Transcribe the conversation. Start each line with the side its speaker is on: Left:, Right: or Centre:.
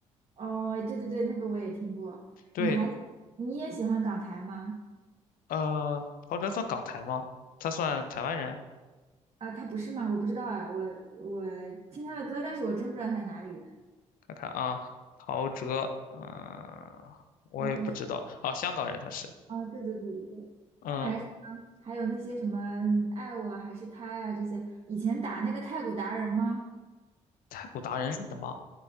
Right: 哦，对对对，那个我也听过。
Left: 对，
Right: 你还你也喜欢港台吗？
Left: 呃，陶喆算港台吗？他算台湾人？
Right: 啊，他不是吗？我不知道哎，我我听他的歌，但是我真不知道他是哪里人。
Left: 看看啊，陶喆，嗯、我也不知道啊，
Right: 还有什
Left: 香港人他是，
Right: 啊，对对对对对，
Left: 嗯、
Right: 他反正是啊，还有那些什么爱我还是他呀这些，以前打那个太鼓达人吗？
Left: 太古达人是什么？